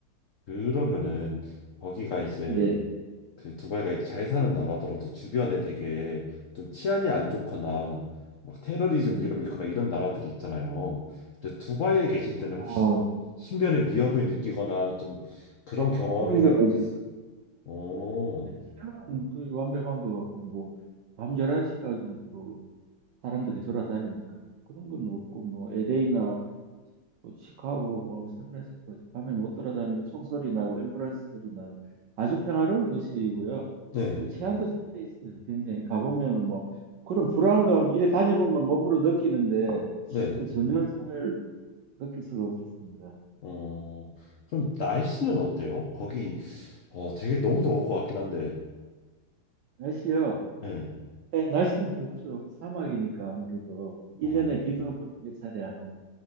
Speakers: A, on the left (about 75°); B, on the right (about 65°).
A: 그러면은 거기가 이제
B: 예,
A: 그 두바이가 이제 잘 사는 나라더라도 주변에 되게 좀 치안이 안 좋거나 막 테러리즘
B: 예.
A: 위험이 있거나 이런 나라들이 있잖아요. 그래서 두바이에 계실 때는 혹시
B: 어,
A: 좀 신변의 위협을 느끼거나 좀 그런
B: 어, 그-
A: 경험이나
B: 그런 건
A: 그런
B: 없어요.
A: 게 있어요? 오,
B: 네, 수면은 거의 완벽한 것 같고, 뭐, 밤 11시까지 또 사람들이 돌아다니니까요. 그런 건 없고, 뭐, LA나 시카고, 뭐, 샌프란시스코, 밤에 못 돌아다니고 총소리 나고, 앰뷸런스 소리 나고, 아주 평화로운 도시이고요.
A: 네,
B: 그리고 치안도 잘 돼 있어요. 굉장히. 가보면은 뭐, 그런 불안감, 이래 다녀보면 몸으로 느끼는데,
A: 네.
B: 뭐 전혀 잘 느낄 수가 없었습니다.
A: 어, 그럼 날씨는 어때요? 거기 어 되게 너무 더울 것 같긴 한데,
B: 날씨요?
A: 네,
B: 네, 날씨는 덥죠. 사막이니까 아무래도. 일년에
A: 어,
B: 비도 뭐 몇 차례 안 오고.